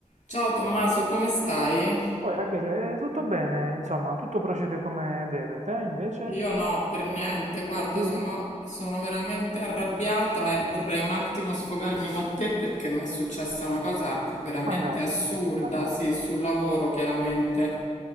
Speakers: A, on the left; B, on the right.
A: Ciao Tommaso, come stai?
B: Oh, Rachele, eh, tutto bene, insomma, tutto procede come deve. Te invece?
A: Io no, per niente, guarda,
B: Sì?
A: sono, sono veramente arrabbiata e vorrei un attimo sfogarmi con te perché mi è successa una cosa veramente
B: Ma dai,
A: assurda,
B: racconta.
A: sì, sul lavoro, chiaramente.